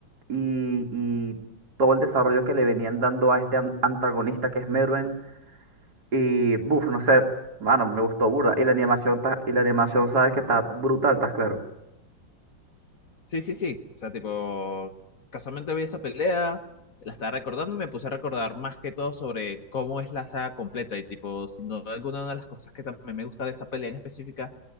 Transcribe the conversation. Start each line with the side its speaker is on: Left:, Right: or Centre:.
Right: y, y todo el desarrollo que le venían dando a este an- antagonista que es Merwin. Y, buf, no sé, mano, me gustó burda. Y la animación, ta- y la animación, sabes que está brutal, estás claro.
Left: Sí, sí, sí. O sea, tipo, casualmente vi esa pelea, la estaba recordando y me puse a recordar más que todo sobre cómo es la saga completa. Y, tipo, sin duda alguna, una de las cosas que también me gusta de esa pelea en específica